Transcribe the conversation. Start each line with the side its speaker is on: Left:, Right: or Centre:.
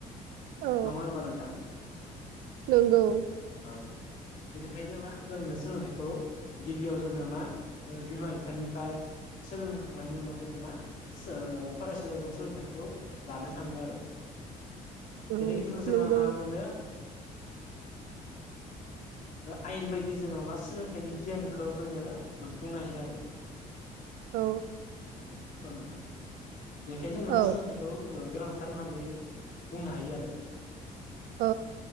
Right: औ
Left: नङा होनबा नोंथां
Right: नंगौ
Left: औ बेनिखायनो मा जोंनो सोलोंथाइखौ गिबियाव जोङो मा बिमा बिफानिफ्राय सोलोंखांनायनि उनाव जोङो मा फरायसालियाव जों सोलोंथाइखौ लानो थाङो आरो।
Right: उम
Left: बेनि गेजेरजों जोंहा
Right: नंगौ
Left: मा मोनो आयेन बायदि जोङो मा सोलोंथाइनि गियानखौ जोङो मोनफुंनो हायो आरो।
Right: औ
Left: औ औ नोंथां। बेेखाय जोंनो मा
Right: औ
Left: सोलोंथाइखौ ओ गोनांथार होननानै बुंनो हायो आरो।
Right: औ।